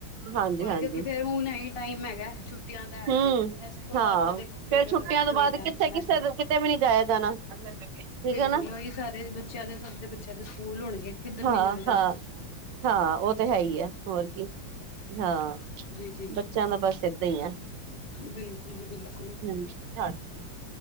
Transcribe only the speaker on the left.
ਉਹੀ
ਕਿਉਂਕਿ ਫੇਰ ਹੁਣ ਐ ਹੀ ਟਾਈਮ ਹੈਗਾ ਛੁੱਟੀਆਂ। ਹੈਜੋ
ਇਸ ਤੋਂ
ਬਾਅਦ ਤਾਂ ਦੇਖੋ ਫੇਰ
ਕੋਈ
ਟਾਈਮ
ਮਿਲਣਾ
ਨੀ ਹੈ
ਬਿਲਕੁਲ
ਉਹੀ ਸਾਰੇ ਬੱਚਿਆਂ ਦੇ, ਸਭ ਦੇ ਬੱਚਿਆਂ ਦੇ ਸਕੂਲ ਹੋਣਗੇਂ ਕਿੱਧਰ
ਨੀਂ ਜਾਇਆ ਜਾਏਗਾ।
ਜੀ ਜੀ
ਬਿਲਕੁਲ ਜੀ ਬਿਲਕੁਲ।